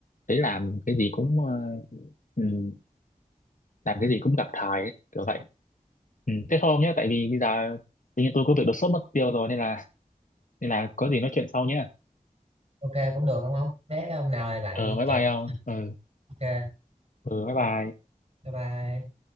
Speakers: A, on the left; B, on the right.
A: thấy làm cái gì cũng ờ, ừm, làm cái gì cũng gặp thời ấy, kiểu vậy ừ. thế thôi ông nhé tại vì bây giờ tự nhiên tôi có việc đột xuất mất tiêu rồi nên là nên là có gì nói chuyện sau nhé
B: ok cũng được đúng không thế hôm nào lại lại
A: ờ bye
B: kể
A: bye
B: tiếp
A: ông ừ,
B: ok
A: ừ bye bye
B: bye bye